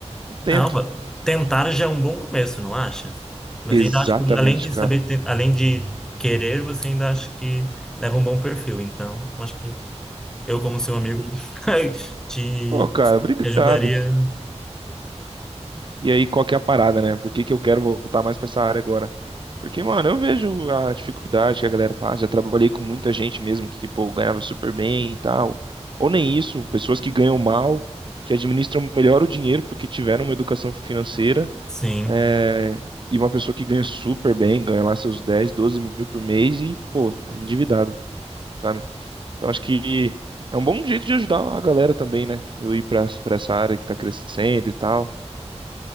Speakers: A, on the right; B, in the centre.
A: Eu tento.
B: não, va- tentar já é um bom começo, não acha? Mas
A: Exatamente,
B: ainda acho que além de
A: cara.
B: saber, ten- além de querer, você ainda acha que leva um bom perfil. Então, eu acho que Eu, como seu amigo, <laughs> te,
A: Pô, cara, obrigado.
B: te ajudaria.
A: E aí, qual que é a parada, né? Por que que eu quero voltar mais pra essa área agora? Porque, mano, eu vejo a dificuldade que a galera passa. Já trabalhei com muita gente mesmo que, pô, ganhava super bem e tal. Ou nem isso, pessoas que ganham mal, que administram melhor o dinheiro porque tiveram uma educação financeira.
B: Sim.
A: é, E uma pessoa que ganha super bem, ganha lá seus 10 12 mil por mês e, pô, é endividado, sabe? Então, acho que é um bom jeito de ajudar a galera também, né? Eu ir pra, pra essa área que tá crescendo e tal.